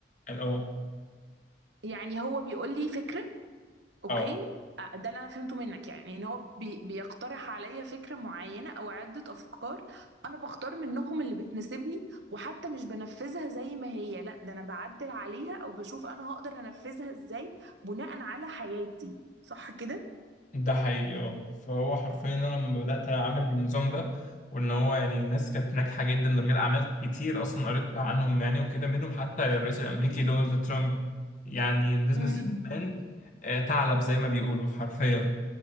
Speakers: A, on the left (about 40°); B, on the right (about 70°).
A: اه
B: يعني هو بيقول لي فكرة اوكي
A: اه
B: آه، ده اللي انا فهمته منك يعني ان هو بي بيقترح عليا فكرة معينة او عدة افكار انا بختار منهم اللي بتناسبني وحتى مش بنفذها زي ما هي لا ده انا بعدل عليها او بشوف انا هقدر انفذها ازاي بناء على حياتي صح كده
A: ده حقيقي اه فهو حرفيا انا لما بدات اعمل بالنظام ده وان هو يعني الناس كانت ناجحه جدا رجال اعمال كتير اصلا قريت عنهم يعني وكده منهم حتى الرئيس الامريكي دونالد ترامب يعني بزنس
B: مم.
A: مان آه، ثعلب زي ما بيقولوا حرفيا